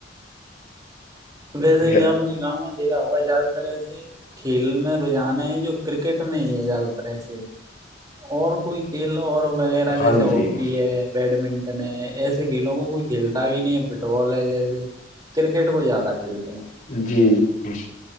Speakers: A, on the right (about 20°); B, on the left (about 45°).
A: ویسے
B: ٹھیک
A: بھی
B: ہے
A: آپ نے گاؤں میں دیکھا ہوا زیادہ ترح سے کھیل میں رجان ہے جو کرکٹ میں ہی ہے زیادہ تر ایسے اور کوئی کھیل اور وغیرہ جیسے
B: ہاں
A: ہاکی
B: جی
A: ہے بیڈمنٹن ایسے کھیلوں کو کوئی کھیلتا بھی نہیں ہے فٹ بال ہے جیسے کرکٹ کو زیادہ ہیل
B: جی جی